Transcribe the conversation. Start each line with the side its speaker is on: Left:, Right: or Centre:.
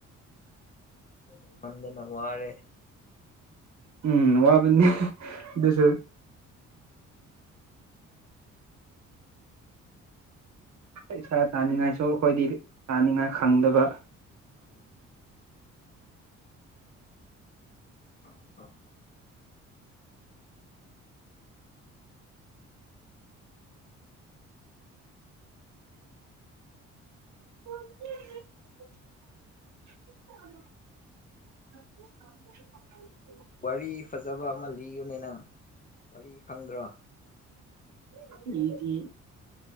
Left: ꯂꯩꯃꯟꯗꯅ ꯋꯥꯔꯦ
Right: ꯎꯝ ꯋꯥꯕꯅꯤ ꯑꯗꯨꯁꯨ ꯄꯩꯁꯥ ꯇꯥꯅꯤꯡꯉꯥꯏꯁꯨ ꯑꯩꯈꯣꯏꯗꯤ ꯇꯥꯅꯤꯡꯉꯥꯏ ꯈꯪꯗꯕ
Left: ꯍꯣꯢ ꯑ <inaudible>
Right: ꯎ <unintelligible> ꯀ <inaudible>
Left: ꯋꯥꯔꯤ ꯐꯖꯕ ꯑꯃ ꯂꯤꯌꯨꯅꯦ ꯅꯪ ꯋꯥꯔꯤ ꯈꯪꯗ꯭ꯔꯣ
Right: ꯍꯗꯤ <inaudible>